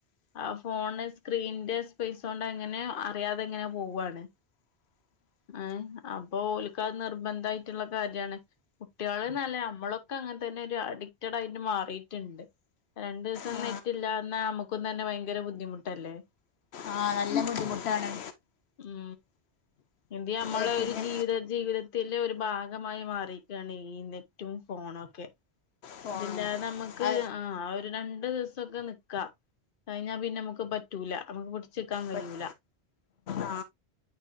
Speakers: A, on the left; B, on the left.
A: ആ ഫോണ് സ്ക്രീനിന്റെ സ്പേസ് കൊണ്ട് എങ്ങനെയോ അറിയാതെ അങ്ങനെ പോവാണ് അ അപ്പൊ ഓൽക്ക് നിർബന്ധ ആട്ടുള്ള കാര്യമാണ് കുട്ടികൾന്നല്ല നമ്മളൊക്കെ അങ്ങനെ തന്നെ ഒരു അഡിക്റ്റഡ ആയിട്ട് മാറിയിട്ടുണ്ട് രണ്ടു ദിവസം
B: ആ,
A: നെറ്റ് ഇല്ലാന്നാ നമ്മുക്കും തന്നെ ഭയങ്കര ബുദ്ധിമുട്ടല്ലേ
B: ആ ബുദ്ധിമുട്ടാണ്.
A: മു എന്ത് നമ്മളൊരു
B: ഏ, പിന്നെ
A: ജീവിത ജീവിതത്തിലെ ഒരു ഭാഗമായി മാറീക്കാണ് ഈ നെറ്റും ഫോണൊക്കെ
B: പോണം
A: ഇതില്ലാതെ നമ്മക്ക്
B: ആ,
A: ആഹ് ഒരു രണ്ട് ദിവസൊക്കെ നിക്കാ കഴിഞ്ഞാ പിന്നെ നമ്മക്ക് പറ്റൂല നമ്മക്ക് പിടി ച്ച്ക്കാൻ കയൂല
B: പ- ആ